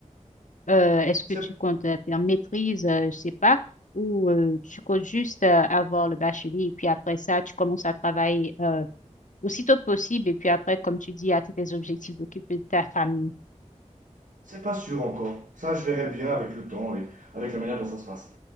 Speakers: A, on the left; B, on the right.
A: euh, est-ce que
B: C'est,
A: tu comptes euh, faire maîtrise? euh, je sais pas. Ou euh, tu comptes juste euh, avoir le bachelier et puis après ça, tu commences à travailler euh, aussitôt que possible et puis après, comme tu dis, à tes objectifs d'occuper de ta famille
B: c'est pas sûr encore. Ça, je verrai bien avec le temps et avec la manière dont ça se passe.